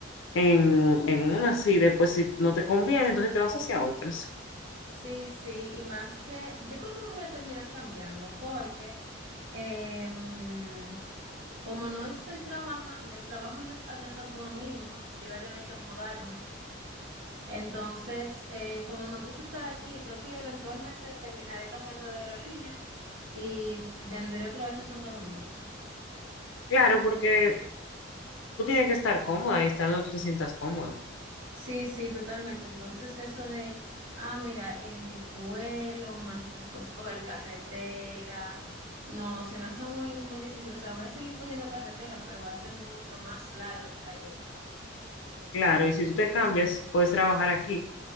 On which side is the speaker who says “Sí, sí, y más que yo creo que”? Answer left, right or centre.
Right